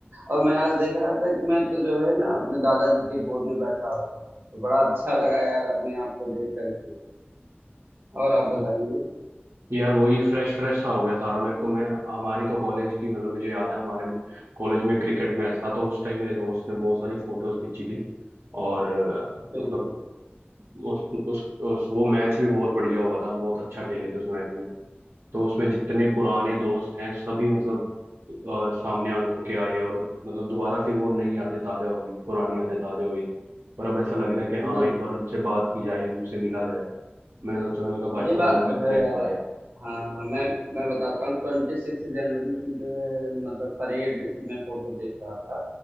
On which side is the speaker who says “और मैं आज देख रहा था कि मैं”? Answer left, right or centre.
Right